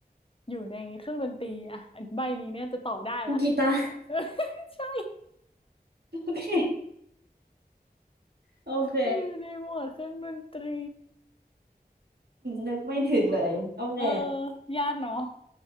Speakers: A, on the left (about 35°); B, on the right (about 75°).
A: อยู่ในเครื่องดนตรีอ่ะอันใบนี้เนี่ยจะตอบได้ละ
B: กีตาร์ <laughs>
A: <laughs> ใช่
B: โอเคโอเค
A: อยู่ในหมวดเครื่องดนตรี
B: นึกไม่ถึงเลยโอเค
A: เออยากเนาะ